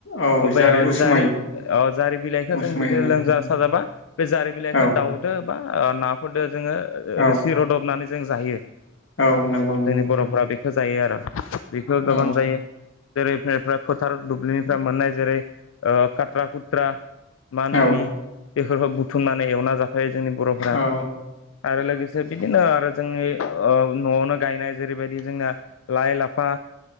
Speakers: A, on the left; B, on the left.
A: औ
B: बे
A: जारै उसुमै
B: जारि जारि बिलाइखौ
A: उसुमै
B: जों बिदिनो
A: होनानै
B: लोंजा साजाबा बे जारि बिलाइखौ
A: औ
B: दाउ बा नाफोरजों जोङो
A: औ
B: रोसि रुदबनानै जों जायो
A: औ नंगौ नंगौ
B: जोंनि
A: नोंथां
B: बर'फोरा बेखौ जायो आरो बेखौ गोबां
A: औ
B: जायो जेरैफ्रा फोथार दुब्लिनिफ्राय मोननाय जेरै कट्रा खुथ्रा मानमुनि
A: औ
B: बेफोरखौ बुथुमनानै एवना जाफायो जोंनि बर'फोरा
A: औ
B: आरो लोगोसे बिदिनो आरो जोंनि न'आवनो गायनाय जेरैबायदि जोंना लाइ लाफा